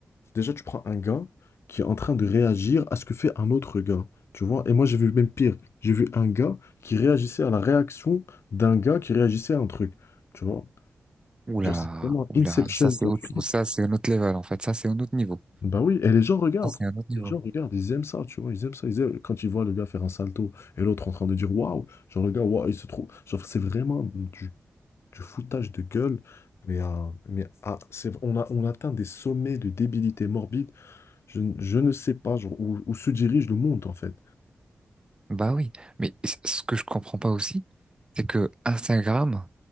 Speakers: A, on the left; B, on the right.
A: Déjà, tu prends un gars qui est en train de réagir à ce que fait un autre gars. Tu vois? Et moi, j'ai vu même pire. J'ai vu un gars qui réagissait à la réaction d'un gars qui réagissait à un truc. Tu vois?
B: Oula,
A: Genre, c'est vraiment
B: oula,
A: Inception,
B: ça c'est
A: la
B: autre
A: suite.
B: chose. Ça c'est un autre level en fait. Ça c'est un autre niveau.
A: Bah oui, et les gens regardent.
B: Ça c'est un autre niveau.
A: Les gens regardent, ils aiment ça, tu vois, ils aiment ça. Ils aiment- Quand ils voient le gars faire un salto et l'autre en train de dire waouh, genre le gars, waouh, il se trouve. Genre, c'est vraiment du, du foutage de gueule. Mais, à- mais à- c'est, on a, on atteint des sommets de débilité morbide Je, n- je ne sais pas genre, où, où se dirige le monde en fait.
B: Bah oui, mais c- ce que je comprends pas aussi, c'est que Instagram